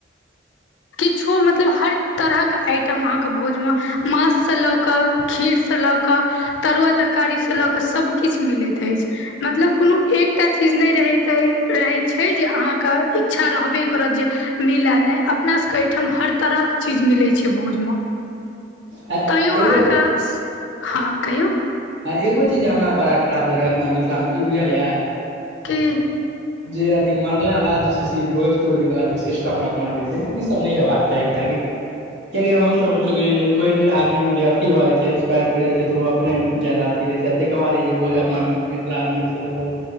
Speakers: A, on the left; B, on the right.
A: किछु मतलब हर तरहक आइटम अहाँके भोज में मास सँ लऽ क खीरसँ लऽ कऽ क तरुआ तरकारी से लऽ क सभ कछु मिलैत अछि। मतलब एक टा चीज नहीं रह तय रहय छै। अहाँ के इच्छा रहबे करत मिला नहि अपना सभ के एहिठाम हर तरहके चीज मिलै छै। भोज में
B: आ
A: तैयो
B: एगो
A: अहाँ के हँ कहियौ
B: आ एगो चीज हमरा बड़ा खराब लगैया अपना मिथिला में की बुझलियै
A: की
B: जे अथी मरला बाद जे छै से ई भोज तोज वाला जे सिस्टम रखना जे ई सब नय हेबाक चाही कियकि कियाकि अहूं <unintelligible> जे कोई जे आदमी जे अथी भ जाइ छै इस्पायर कर जाइ छै त ओ अपने जैदाद अथी रहै छै तइके बाद ई जे भोज अपना मिथिला आर मे छै लगल